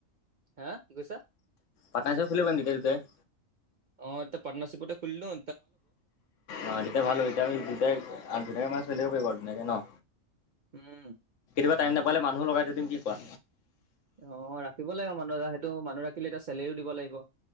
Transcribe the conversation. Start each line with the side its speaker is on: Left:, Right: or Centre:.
Right: হা কি কৈছা
Left: পাটনা চিপত খুলিব পাৰিম তেতিয়া দুইটাই
Right: অ এয়া পাটনাচিপত খোলি নঁ
Left: অ তেতিয়া ভাল হ'ব এতিয়া আমি দুইটাই দুটাকৈ মানে চলি থাকিব পাৰিব আৰু ধুনীয়াকে ন
Right: উম
Left: কিবা টাইম নাপালে মানুহো লগাই থৈ দিম কি কোৱা
Right: অ ৰাখিব লাগিব মানুহ এ সেইটো মানুহ ৰাখিলে এতিয়া চেলেৰিও দিব লাগিব